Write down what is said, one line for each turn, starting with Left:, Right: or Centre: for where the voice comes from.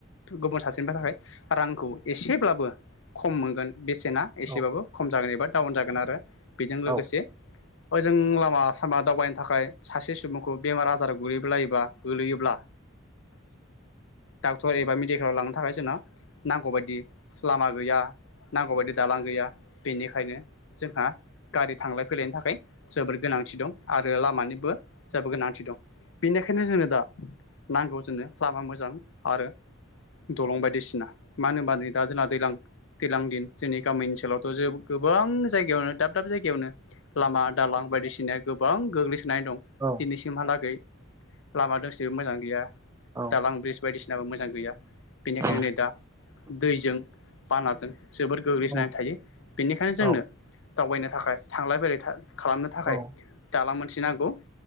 Left: गुबुन सासेनिफ्राय थाखाय रांखौ एसेब्लाबो खम मोनगोन। बेसेना एसेबाबो
Right: औ
Left: खम जागोन एबा टाउन जागोन आरो। बेजों लोगोसे
Right: औ
Left: ओजों लामा सामा दावबायनो थाखाय सासे सुबुंखौ बेमार आजाराव गोगलैलायोबा डाक्टर एबा मेडिकेलाव लांनो थाखाय जोंनो नांगौबायदि लामा गैया। नांगौ बायदि दालां गैया बेनिखायनो जोंहा गारि थांलाय फैलायनो थाखाय जोबोर गोनांथि दं आर ओ लामानिबो जबो गोनांथि दं। बेनिख बेखायनो जोंङो दा नांगौ जोंनो लामा मोजां आरो दलं बायदिसिना। ना। मानो होनबा नै दा जोंला दैलां। दैलां दिन जोंनि गामि ओनसोलावथ' जे गोबां जायगायावनो दाब दाब जायगायावनो । लामा दालां बायदिसिनो गोबां गोग्लैसो नाय दं
Right: औ
Left: दिनैसिमहालागै लामा दोंसेबो मोजां गैया ।
Right: औ
Left: दालां ब्रिज बायदिसि जेबो मोजां गैया बेनिखायनो
Right: औ
Left: नै दा दैजों बानाजों जोबोर गोग्लैसोनानै
Right: औ
Left: थायो बेनिखायनो
Right: औ
Left: जोंनो दावबायनो थाखाय थांलाय फैलाय था खालामनो थाखाय
Right: औ
Left: दालां मोनसे नांगौ